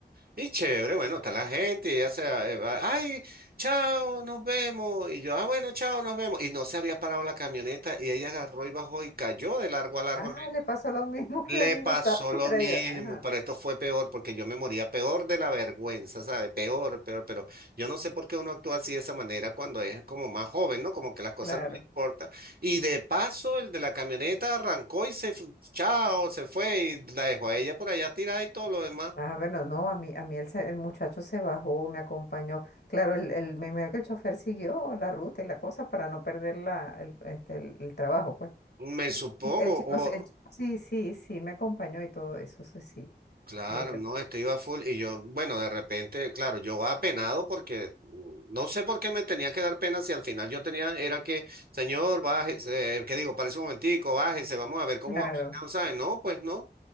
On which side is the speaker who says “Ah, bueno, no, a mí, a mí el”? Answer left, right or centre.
Left